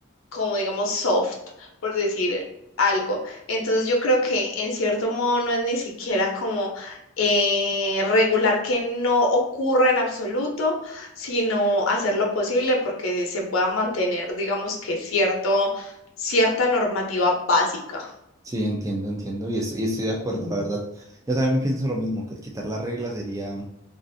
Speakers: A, on the left; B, on the right.
A: como digamos soft, por decir algo. Entonces yo creo que en cierto modo no es ni siquiera como eh, regular que no ocurra en absoluto, sino hacer lo posible porque se pueda mantener, digamos que cierto, cierta normativa básica.
B: Sí, entiendo, entiendo y, es- y estoy de acuerdo, la verdad. Yo también pienso lo mismo, que el quitar la regla sería...